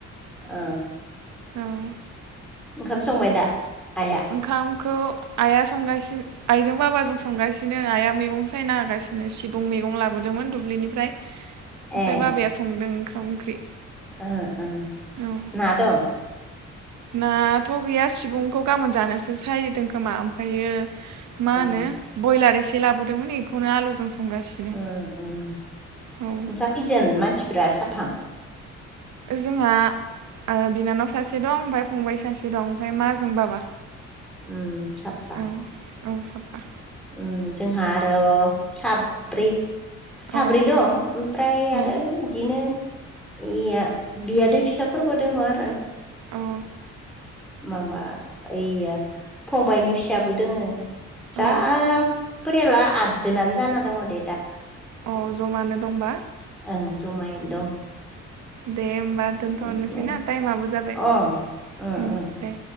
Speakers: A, in the centre; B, on the right.
A: ओ
B: ओं
A: ओंखाम संबाय दा आया
B: ओंखामखौ आया संगासि आइजों बाबाजों संगासिनो आया मैगं सायना हागासिनो सिबुं मैगं लाबोदोंमोन दुब्लिनिफ्राय ओमफ्राय
A: ए
B: बाबाया संदों ओंखाम ओंख्रि
A: ओ ओ
B: औ
A: ना दं
B: नाथ' गैया सिबुंखौ गाबोन जानोसो सायदों खोमा ओमफ्रायो मा होनो
A: उम
B: ब्रयलार एसे लाबोदोंमोन बेखौनो आलुजों संगासिनो
A: उम उम
B: औ
A: नोंसा खैजोन मानसिफ्रा साथाम
B: जोंहा आङो बिनानाव सासे दं ओमफफ्राय फंबाय सासे दं ओमफ्राय मा जों बाबा
A: उम साबबा
B: औ औ साबबा
A: उम जोंहा आरो' साब्रै साब्रै
B: औ
A: दं ओमफ्राय
B: औ
A: आरो बिदिनो इया बियादै फिसाफोरबो दङ आरो
B: औ
A: माबा ओइया फंबायनि फिसाबो दोङो जा
B: औ
A: फोरियाला आदजोनानो जाना दङ दे दा
B: अ जमानो दंबा
A: ओं जमायै नो दं
B: दे होमबा दोनथ'रनोसै
A: बिदिनो
B: ना टाइमाबो जाबाय
A: अ ओ
B: ओं
A: ओ
B: दे